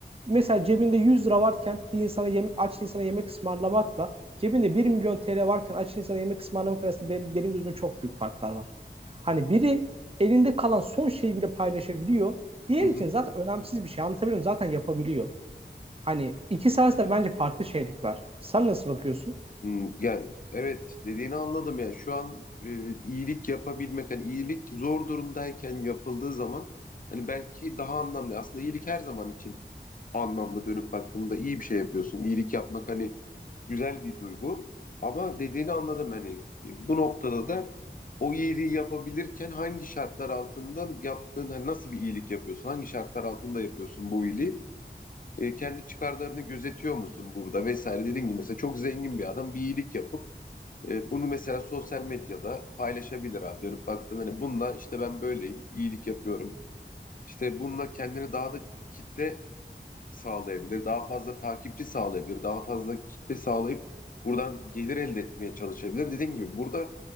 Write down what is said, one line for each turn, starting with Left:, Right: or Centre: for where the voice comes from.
Right: Mesela cebinde 100 lira varken bir insana yem, aç insana yemek ısmarlamakla cebinde bir milyon TL varken aç insana yemek ısmarlamak arasında benim, benim gözümde çok büyük farklar var. Hani biri elinde kalan son şeyi bile paylaşabiliyor. Diğer
Left: Hı hı.
Right: için zaten önemsiz bir şey. Anlatabilirim zaten yapabiliyor. Hani iki arasında bence farklı şeylik var. Sen nasıl bakıyorsun?
Left: Hmm, Yani evet dediğini anladım yani şu an e, iyilik yapabilmek hani iyilik zor durumdayken yapıldığı zaman hani belki daha anlamlı aslında iyilik her zaman için anlamlı dönüp baktığında iyi bir şey yapıyorsun iyilik yapmak hani güzel bir duygu ama dediğini anladım hani e, bu noktada da o iyiliği yapabilirken hangi şartlar altında yaptığın hani nasıl bir iyilik yapıyorsun hangi şartlar altında yapıyorsun bu iyiliği E, kendi çıkarlarını gözetiyor musun burada vesaire dediğin gibi mesela çok zengin bir adam bir iyilik yapıp e, bunu mesela sosyal medyada paylaşabilir abi. Dönüp baktığında hani bununla işte ben böyleyim, iyilik yapıyorum. İşte bununla kendini daha da kitle sağlayabilir, daha fazla takipçi sağlayabilir, daha fazla kitle sağlayıp buradan gelir elde etmeye çalışabilir. Dediğim gibi burada